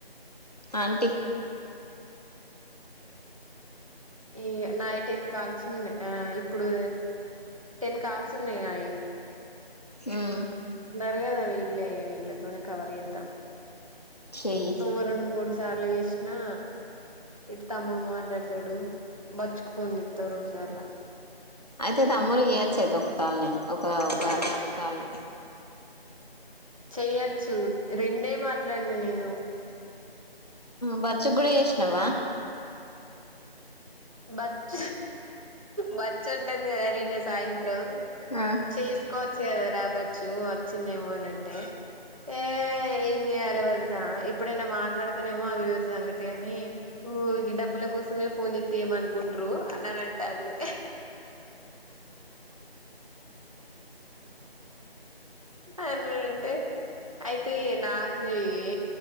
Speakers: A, on the left; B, on the right.
A: ఆంటీ
B: ఈ నైట్ టెన్ కాల్స్ ఉన్నాయ్ ఆ ఇప్పుడు టెన్ కాల్స్ స్తున్నయ్ నాయి
A: మ్మహ్
B: ర్గదా వీళ్ళే, వీళ్ళతోనే కవర్ చేత్త
A: చెయ్యి
B: నువ్వు రెండు మూడు సార్లు వేసినా ఇట్ తమ్ముడు మాట్లాడతడు, బచ్కు ఫోన్న్జెత్త రెండుసార్ల
A: అయితే తమ్ముడి చెయ్యొచ్చు అయితే ఒక కాళ నేను ఒక ఒక నాలుగు కాలు
B: చెయ్యచ్చు రెండే మాట్లాడిన నేను
A: బచ్చ గూడ ఎషినవ
B: బచ్చ బచ్చ ఉంటది కదా నిన్న సాయంత్రం
A: ఆ
B: చేస్కో చేద రాబచ్చు వచ్చిందేమో అనింటే ఏ ఏం చేయాలి వదిన ఎప్పుడైనా మాట్లాడుతనేమో అది వరి సంగతిగాని డబ్బుల కోసమే ఫోన్ చెత్తే ఏం అనుకుంట్రు అన్నానంటాంది అని అంటే అయితే నాకు చెయ్యి